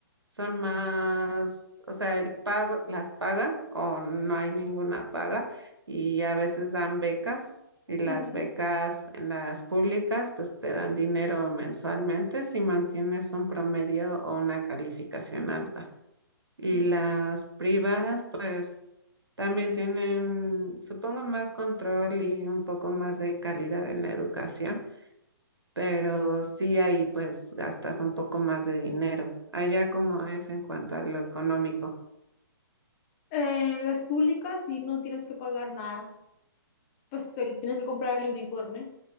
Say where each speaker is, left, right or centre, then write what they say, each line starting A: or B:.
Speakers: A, on the right (about 85°); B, on the left (about 25°).
A: son más, o sea, el pago, las paga o no hay ninguna paga y a veces dan becas y las
B: ujú.
A: becas en las públicas pues te dan dinero mensualmente si mantienes un promedio o una calificación alta. Y
B: ujú.
A: las privadas pues también tienen, supongo, más control y un poco más de calidad en la educación pero sí ahí pues gastas un poco más de dinero. Allá como es en cuanto a lo económico.
B: Eh, las públicas sí no tienes que pagar nada. pues ahorita tienes que comprar el uniforme.